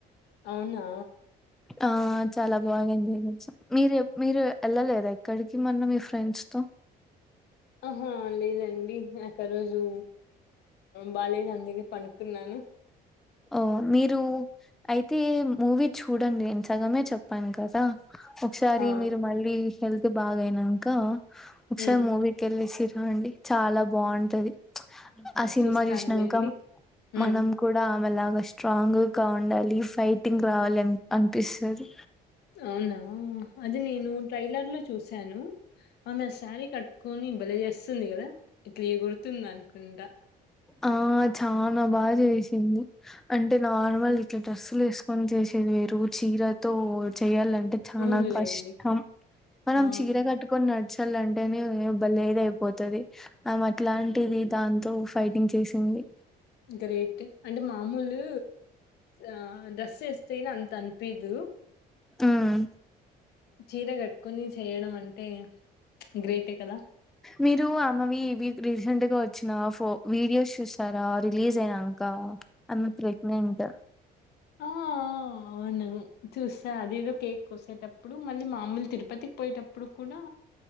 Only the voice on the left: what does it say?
అవునా
ఆహా లేదండి ఆ రోజు బాలేదు అందుక పనుకున్నాను
ఆ
హ్మ్
చూస్తానులేండి
హ్మ్
అవునా అది నేను ట్రైలర్ లో చూసాను ఆ నా శారీ కట్ కని భలే చేస్తుంది కదా ఇట్లా ఏ గురుతుంద అనుకుంటడా
అవునులేండి
ఆ
గ్రేట్ అంటే మామూలు ఆ దస వస్తేనా అంత అనిపద్
చీర కట్టుకుొని చేయడం అంటే గ్రేటే కదా
ఆ అవును చూసా అదిదో కేక్ కోసేటప్ప ఇప్పుడు మళ్ళీ మామూలు తిరుపతికి పోయేటప్పుడు కూడా